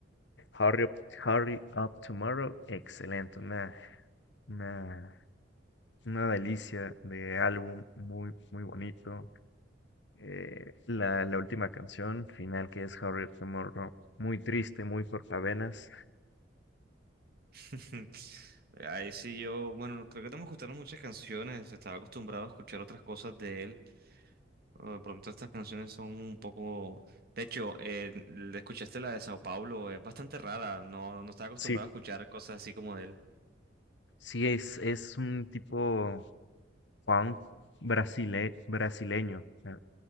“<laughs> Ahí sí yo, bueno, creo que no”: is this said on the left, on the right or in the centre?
Right